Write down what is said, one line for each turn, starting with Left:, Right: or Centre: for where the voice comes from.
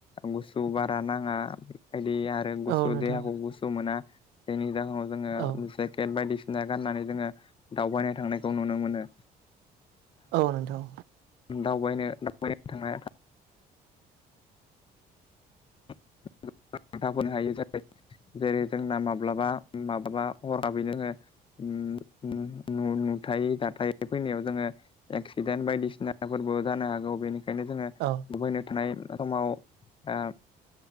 Left: गुसु बारा नाङा दे आरो गु
Right: औ नोंथां
Left: देहाखौ गुसु मोना जायनि जाहोनाव जो
Right: औ
Left: जे बायदिसिना गाननानै जोङो दावबायनाय थांनायखौ नुनो मोनो
Right: औ नोंथां
Left: दावबायनो दावबायनो थांनाय <unintelligible> हायो <unintelligible> जेरै जोंना माब्लाबा - माब्लाबा हराबै जोङो उम - उम थाय दाथाय फैनायाव जोङो एक्सिडेन्ट बायदिसिनाफोरबो जानो हागौ बेनि खायनो जोङो
Right: औ
Left: लुबैनो थानाय समाव ओ